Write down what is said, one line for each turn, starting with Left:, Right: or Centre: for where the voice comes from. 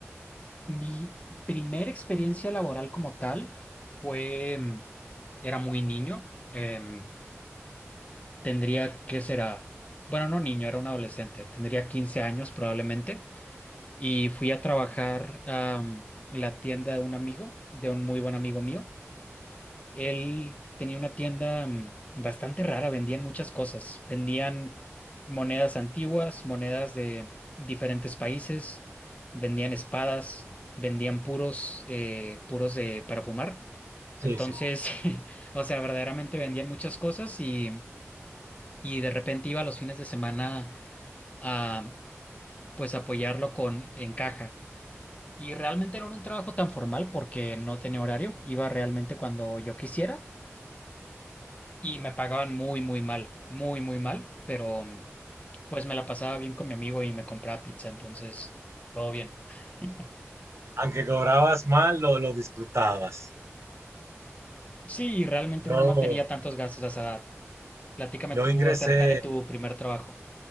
Left: <laughs> Mi primera experiencia laboral como tal fue, mm, era muy niño, em, tendría que será, bueno, no niño, era un adolescente, tendría 15 años probablemente. y fui a trabajar a mm, la tienda de un amigo, de un muy buen amigo mío. Él tenía una tienda mm, bastante rara, vendían muchas cosas, vendían monedas antiguas, monedas de diferentes países, vendían espadas, vendían puros, eh, puros de para fumar.
Right: Sí,
Left: Entonces,
Right: sí.
Left: <laughs> o sea, verdaderamente vendían muchas cosas y, y de repente iba los fines de semana a pues apoyarlo con en caja. Y realmente no era un trabajo tan formal porque no tenía horario, iba realmente cuando yo quisiera y me pagaban muy, muy mal, muy, muy mal, pero mm, pues me la pasaba bien con mi amigo y me compraba pizza, entonces todo bien. <laughs>
Right: Aunque cobrabas mal, lo, lo disfrutabas.
Left: Sí, realmente
Right: Yo,
Left: uno no tenía tantos gastos a esa edad. Platícame
Right: yo
Left: tú
Right: ingresé,
Left: acerca de tu primer trabajo,